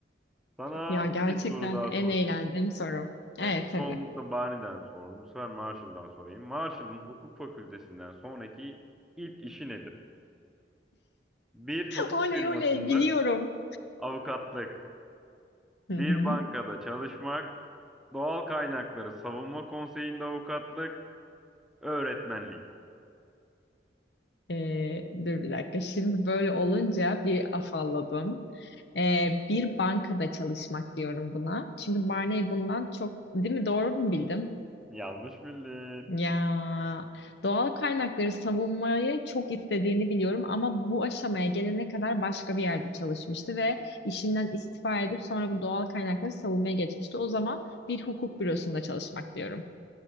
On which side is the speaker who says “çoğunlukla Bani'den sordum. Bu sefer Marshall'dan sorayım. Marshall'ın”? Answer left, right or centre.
Centre